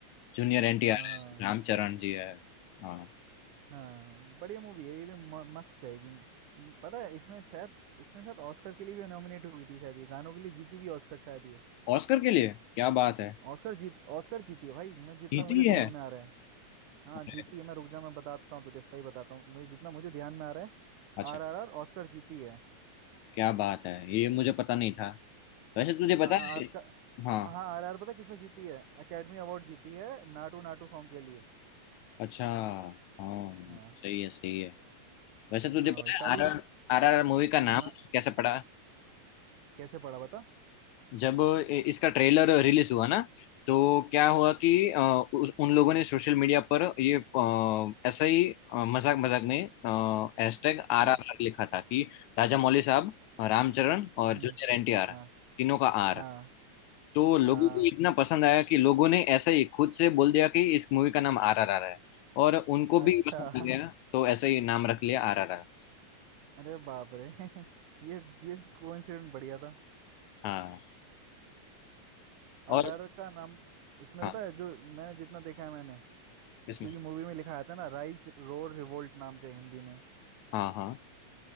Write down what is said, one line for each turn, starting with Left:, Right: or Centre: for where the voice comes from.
Left: जूनियर एनटीआर
Right: हाँ
Left: है
Right: हाँ
Left: रामचरण जी है हाँ
Right: हाँ बढ़िया मूवी है ये भी म- मस्त जाएगी म- पता है इसने शायद इसने शायद ऑस्कर के लिए भी नॉमिनेट हुई थी शायद ये गानों के लिए जीती भी ऑस्कर शायद ये
Left: ऑस्कर के लिए क्या बात है
Right: ऑस्कर जीत ऑस्कर जीती है भाई मैं जितना
Left: जीती
Right: मुझे ध्यान
Left: है
Right: में आ रहा है हाँ
Left: अरे,
Right: जीती है मैं रुक जा मैं बताता हूँ तुझे इसका ही बताता हूँ मुझे जितना मुझे ध्यान में आ रहा है
Left: अच्छा
Right: आर आर आर ऑस्कर जीती है
Left: क्या बात है ये मुझे पता नहीं था वैसे तो तुझे
Right: हाँ
Left: पता है
Right: ऑस्कर
Left: हाँ
Right: हाँ आर आर पता है किसमें जीती है अकेडमी अवार्ड जीती है नाटू नाटू सॉन्ग के लिए
Left: अच्छा हाँ
Right: हाँ
Left: सही है सही है वैसे तुझे
Right: हाँ
Left: पता
Right: भाई पहली
Left: है आर आर आर मूवी का नाम
Right: हाँ हाँ
Left: कैसे पड़ा
Right: कैसे पढ़ा बता
Left: जब इ- इसका ट्रेलर रिलीज हुआ ना तो क्या हुआ कि अ, उस- उन लोगों ने सोशल मीडिया पर ये अ, ऐसा ही अ, मजाक मजाक में हैशटैग आर
Right: हाँ
Left: आर आर लिखा था कि राजा मौली साहब रामचरण और
Right: हम्म
Left: जूनियर एन टी आर
Right: हाँ
Left: तीनों का आर
Right: हाँ
Left: तो लोगों
Right: हाँ
Left: को
Right: हाँ
Left: इतना पसंद आया कि लोगों ने ऐसा ही खुद से बोल दिया कि इस मूवी का नाम आर आर आर है और उनको
Right: अच्छा
Left: भी पसंद
Right: <laughs>
Left: आ गया तो ऐसा ही नाम रख लिया आर आर आर
Right: अरे बाप रे <laughs> ये ये कोइंसिडेंट बढ़िया था
Left: हाँ और
Right: आरआर का नाम इसमें
Left: हाँ
Right: पता है जो मैंने जितना देखा है मैंने
Left: इसमें
Right: क्योंकि मूवी में लिखा था ना राइज रोर रिवोल्ट नाम से हिंदी में
Left: हाँ हाँ